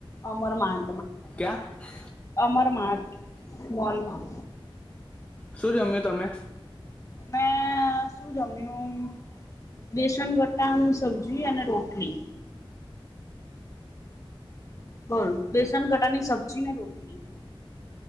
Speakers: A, on the left (about 35°); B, on the left (about 15°).
A: અમર માન
B: ક્યાં
A: અમરમાથ મોલમાં
B: શું જમ્યું તમે?
A: મે શું જમ્યું, બેસન ગટાનું સબ્જી અને રોટલી. બોલ બેસન ગટાની સબ્જી ને રોટલી.